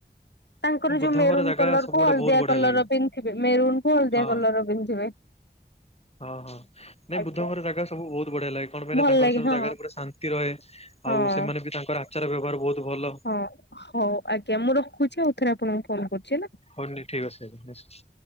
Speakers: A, on the left (about 85°); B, on the left (about 35°).
A: ତାଙ୍କର
B: ବୁଦ୍ଧଙ୍କର
A: ଯୋଉ ମେରୁନ୍
B: ଜାଗା
A: କଲର
B: ସବୁ
A: କୁ
B: ଗୁଡା
A: ହଳଦିଆ
B: ବହୁତ ବଢିଆ
A: କଲରର
B: ଲାଗେ
A: ପିନ୍ଧିଥିବେ, ମେରୁନ୍ କୁ ହଳଦିଆ
B: ହଁ।
A: କଲରର ପିନ୍ଧିଥିବେ।
B: ହଁ ହଁ ନାଇଁ
A: ଆଜ୍ଞା।
B: ବୁଦ୍ଧଙ୍କର ଜାଗା। ସେ ସବୁ ବହୁତ ବଢିଆ ଲାଗେ, କଣ ପାଇଁ
A: ଭଲ
B: ନା ତାଙ୍କର
A: ଲାଗେ
B: ସବୁ
A: ହଁ
B: ଜାଗାରେ ପୁର ଶାନ୍ତି ରହେ,
A: ହଁ।
B: ଆଉ ସେମାନେ ବି ତାଙ୍କର ଆ ଆଚାର ବ୍ୟବହାର ବହୁତ ଭଲ।
A: ହଁ ହଉ ଆଜ୍ଞା ମୁଁ ରଖୁଛି ଆଉ ଥରେ ଆପଣଙ୍କୁ ଫୋନ କରୁଛି ହେଲା।
B: ହଉନି ଠିକ୍ ଅଛି ଏବେ ନେକ୍ସଟ୍।